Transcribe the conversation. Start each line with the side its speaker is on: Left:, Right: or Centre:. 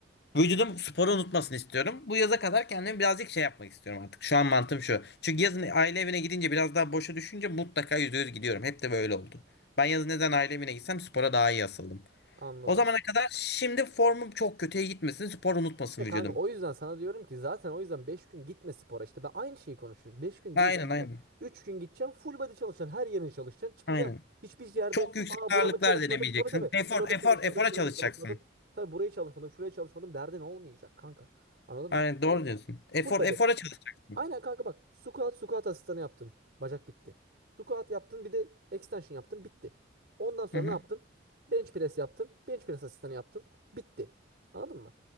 Left: Vücudum sporu unutmasını istiyorum. Bu yaza kadar kendimi birazcık şey yapmak istiyorum artık. Şu an mantığım şu. Çünkü yazın aile evine gidince biraz daha boşa düşünce mutlaka %100 gidiyorum. Hep de böyle oldu. Ben yazın neden aile evine gitsem spora daha iyi asıldım.
Right: Anladım.
Left: O zamana kadar şimdi formum çok kötüye gitmesin. Spor unutmasın
Right: İşte kanka
Left: vücudum.
Right: o yüzden sana diyorum ki zaten o yüzden 5 gün gitme spora. İşte ben aynı şeyi konuşuyoruz. beş gün
Left: Aynen
Right: değil kanka.
Left: aynen.
Right: 3 gün gideceksin full body çalışacaksın. Her yerin çalışacaksın. Çıkacaksın.
Left: Aynen.
Right: Hiçbir yerde
Left: Çok yüksek
Right: aa burama
Left: ağırlıklar
Right: çalışmadım.
Left: denemeyeceksin.
Right: Tabii tabii
Left: Efor,
Right: burama
Left: efor,
Right: çalışmadım.
Left: efora
Right: Şurama
Left: çalışacaksın.
Right: çalışmadım. Tabii burayı çalışmadım. Şuraya çalışmadım. Derdin olmayacak kanka. Anladın
Left: Aynen
Right: mı?
Left: doğru diyorsun. Efor,
Right: Full body.
Left: efora çalışacaksın.
Right: Aynen kanka bak. Squat squat asistanı yaptın. Bacak bitti. Squat yaptın bir de extension yaptın. Bitti. Ondan sonra
Left: Hı hı.
Right: ne yaptın? Bench press yaptın. Bench press asistanı yaptın. Bitti. Anladın mı?